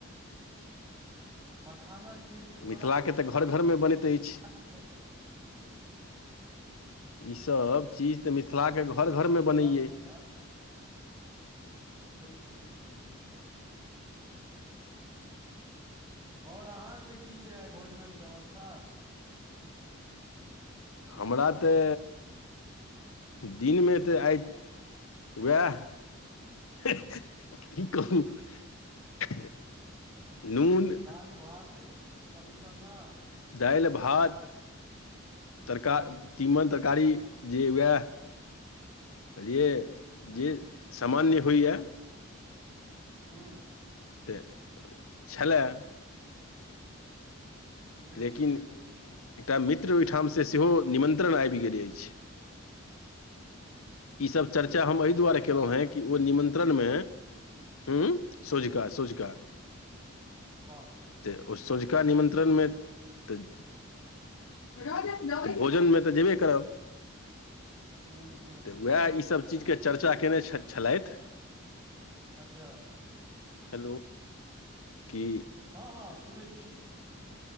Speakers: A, on the right; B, on the left.
A: मखानक खीर के जोड़ा
B: मिथिलाके तऽ घर घरमे बनैत अछि
A: <unintelligible> आ की बसर
B: ई सभ चीज तऽ मिथिला केँ घर
A: अपन
B: घर
A: सबके
B: में बनैयै
A: प्राथमिकता बिल्कुल बिल्कुल बिल्कुल <inaudible> और अहाँकेँ की छै आइ भोजन कऽ व्यवस्था
B: हमरा तै दिन में तऽ आइ <inaudible> वैह <unintelligible> नून
A: दालि भात आलू सन्ना
B: दाइल भात तरका तीमन तरकारी जे वैह खलियए
A: हुँ
B: जे सामान्य होइय
A: <unintelligible>
B: तऽ <inaudible> छलै
A: हुँ
B: लेकिन <inaudible> एकटा मित्र ओइठाम स सेहो निमन्त्रण आइब गेल ऐछ ई सब चर्चा
A: वाह
B: हम एहि
A: आइ सँझुका
B: दुआरे केलु है कि ओ निमन्त्रण में <inaudible> हु सोझका
A: हुँ
B: सोझका
A: वाह
B: ते ओ सोझका निमन्त्रण में तऽ <unintelligible> भोजन में तऽ जेबे करब
A: <unintelligible>
B: तऽ
A: छैहे
B: वैह ईसभ
A: तऽ
B: चीज
A: हँ
B: केँ चर्चा कैने छ छलैथ
A: अच्छा
B: हेलो <inaudible> की
A: हऽ हऽ सुनै छी